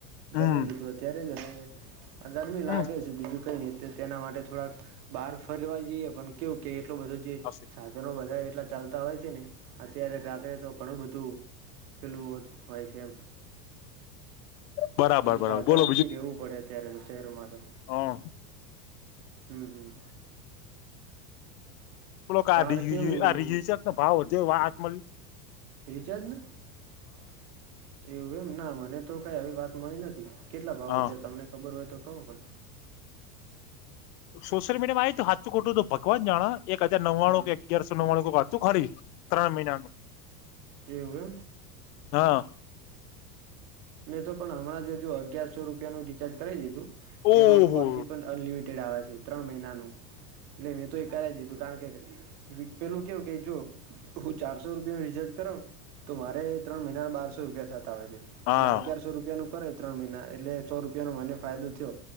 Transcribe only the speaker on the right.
જમીને લીધું અત્યારે જ અમે. આ ગરમી
લાગે છે, બીજું કંઈ નહીં. તે તેના માટે થોડાક બહાર ફરવા જઈએ પણ કેવું કે એટલો બધું જે
સાધનો, બધા એટલા ચાલતા હોય. ને અત્યારે રાત્રે તો ઘણું બધું પેલું હતું. હોય છે, એમ
બધું
સાવધાનથી
રહેવું પડે અત્યારે. શહેરમાં.
હમ, હમ.
તમારે
કેવું
રિચારજને એવું? એમ ના મને તો કંઈ આવી વાત મળી નથી. કેટલા ભાવો
છે, તમને ખબર હોય તો કહો પણ.
હા
એવું એમ.
મેં તો પણ હમણાં જજુ અગિયારસો રૂપિયાનું રિચાર્જ કરી દીધું,
જેમાં ફોર-જી પણ અનલિમિટેડ આવે છે ત્રણ મહિનાનું, એટલે મેં તો એ કરાવી દીધું, કારણ કે પેલું કેવું કે, જો હું ચારસો રૂપિયા ન રિચાર્જ કરાવું ને તો મારે ત્રણ મહિનાના બારસો રૂપિયા થતા હોય છે,
આ અગિયારસો સો રૂપિયા નું કરે ત્ર મહિના એટલે સો રૂપિયાનો મને ફાયદો થયો.